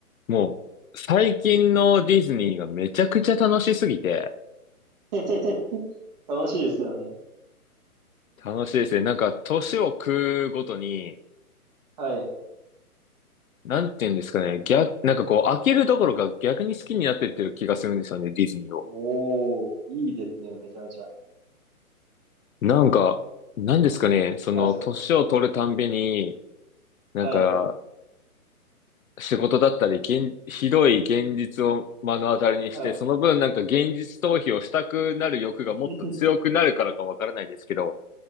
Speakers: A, on the left; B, on the right.
A: もう、最近のディズニーがめちゃくちゃ楽しすぎて、
B: <laughs> 楽しいですよね。
A: 楽しいですね。なんか、年を食うごとに、
B: はい。
A: なんて言うんですかね、逆、なんかこう、飽きるどころか逆に好きになってってる気がするんですよね、ディズニーを。
B: おー、いいですね。めちゃめちゃ。
A: なんか、なんですかね、その、
B: はい。
A: 年を取るたんびに、なんか、
B: はい。
A: 仕事だったり、現ひどい現実を目の当たりにして、
B: はい。
A: その分なんか現実逃避をしたくなる欲がもっと強くなるからかわからないですけど、
B: <laughs>